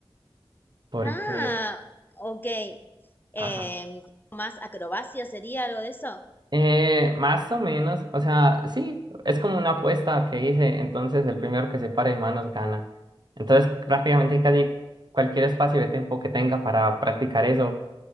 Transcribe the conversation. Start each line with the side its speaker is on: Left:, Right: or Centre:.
Right: porque,
Left: Ah, ok. Em,
Right: ajá.
Left: ¿tipo más acrobacia sería algo de eso?
Right: Eh, más o menos, o sea, sí, es como una apuesta que hice, entonces el primero que se pare de manos gana. Entonces, prácticamente casi cualquier espacio de tiempo que tenga para practicar eso,